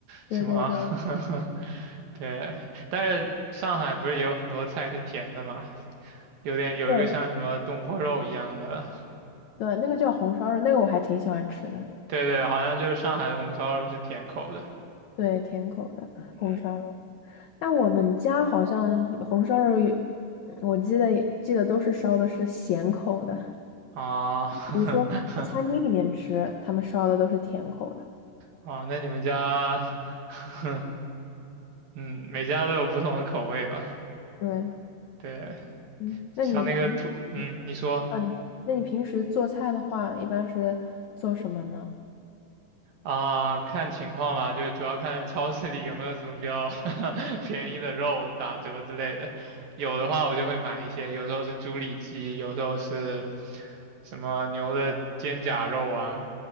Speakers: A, on the left; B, on the right.
A: 对对对
B: 什么，<laughs> 对，但是上海不是有很多菜是甜的嘛，有点有一个像什么东坡肉一样的，
A: 对对，那个叫红烧肉，那个我还挺喜欢吃的，
B: 对对，好像就是上海的红烧肉是甜口的，
A: 对，甜口的红烧肉。
B: 嗯
A: 但我们家好像红烧肉也我记得记得都是烧的是咸口的，
B: 啊，<laughs>
A: 比如说去餐厅里面吃，他们烧的都是甜口的。
B: 啊，那你们家，<laughs> 嗯，每家都有不同的口味吧？
A: 对，
B: 对，
A: 嗯，
B: 像那个土，
A: 那你平时，
B: 嗯，你说。
A: 嗯，那你平时做菜的话，一般是做什么呢？
B: 啊，看情况吧，就是主要看超市里有没有什么比较 <laughs> 便宜的肉打折之类的。有的话，我就会买一些，有时候是猪里脊，有时候是什么牛的肩胛肉啊。